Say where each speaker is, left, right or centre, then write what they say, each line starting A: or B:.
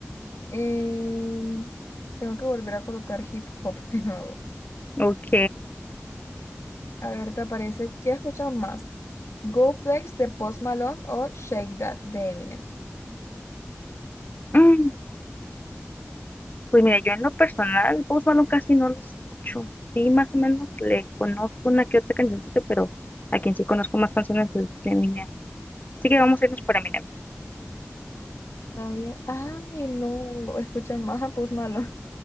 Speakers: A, on the left; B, on the left.
A: Eh, tengo que volver a colocar hip hop <laughs> de nuevo.
B: Ok.
A: A ver, te aparece, ¿qué escuchan más? Go Flex de Post Malone o Shake That de Eminem.
B: Mm, Pues mira, yo en lo personal, Post Malone casi no lo escucho. Sí, más o menos le conozco una que otra cancioncita, pero a quien sí conozco más canciones es de Eminem. Así que vamos a irnos por Eminem.
A: Está bien. Ay, no, escuchan más a Post Malone.